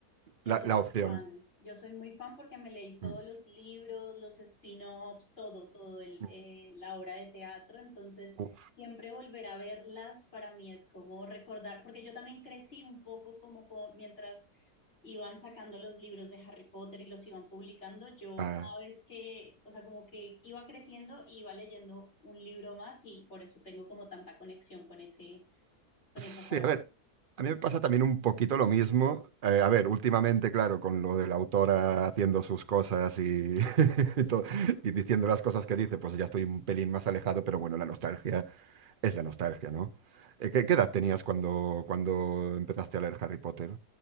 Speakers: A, on the left; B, on the right.
A: Yo
B: la,
A: soy
B: la opción.
A: muy fan, yo soy muy fan porque me leí todos
B: Mm,
A: los libros, los spin-offs, todo, todo el,
B: mm.
A: eh, la obra de teatro, entonces
B: Uf,
A: siempre volver a verlas para mí es como recordar, porque yo también crecí un poco como, como mientras iban sacando los libros de Harry Potter y los iban publicando, yo
B: ah,
A: cada vez que, o sea, como que iba creciendo, iba leyendo un libro más y por eso tengo como tanta conexión con ese, con
B: sí,
A: esa saga.
B: a ver. A mí me pasa también un poquito lo mismo. Eh, a ver, últimamente, claro, con lo de la autora haciendo sus cosas y, <laughs> y, to- y diciendo las cosas que dice, pues ya estoy un pelín más alejado, pero bueno, la nostalgia es la nostalgia, ¿no? Eh, ¿qué, qué edad tenías cuando, cuando empezaste a leer Harry Potter?